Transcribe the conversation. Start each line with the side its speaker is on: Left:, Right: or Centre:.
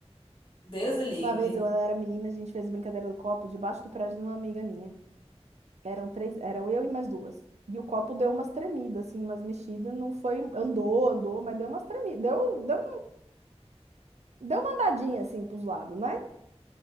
Left: Deus o livre.
Right: uma vez eu era menina, a gente fez a brincadeira do copo debaixo do prédio de uma amiga minha. Eram três, eram eu e mais duas. E o copo deu umas tremidas, assim, umas mexidas. Não foi, andou, andou, mas deu umas tremidas. Deu, deu deu uma andadinha assim pros lados, né?